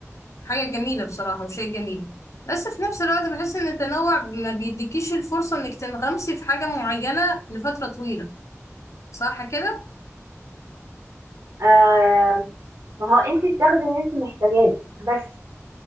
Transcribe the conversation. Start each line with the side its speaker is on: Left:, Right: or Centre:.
Left: حاجة جميلة بصراحة وشيء جميل بس في نفس الوقت بحس ان التنوع ما بيديكيش الفرصة انك تنغمسي في حاجة معينة لفترة طويلة صح كده؟
Right: آه ما هو أنت بتاخدي اللي أنت محتاجاه بس